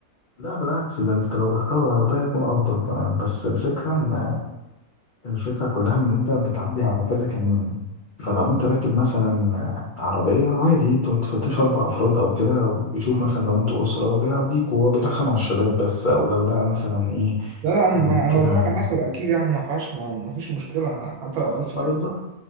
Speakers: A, on the left; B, on the right.
A: لا بالعكس ده انت لو رحتها بالعربية يكون افضل كمان بس الفكرة ان الفكرة كلها إن أنت بتعدي على كذا كمين فلو أنت راكب مثلا عربية عادي أنتوا هتفتشوا أربع أفراد أو كده وبيشوف مثلا لو أنتوا أسرة بيعديك وهو بيرخم على الشباب بس أو لو لقى مثلا إيه
B: لا لا أنا ما
A: جروب
B: هو
A: كده
B: شهر عسل أكيد يعني ما فيهاش ما ما فيش مشكلة حتى لو ألف
A: ما
B: كلمة
A: بالظبط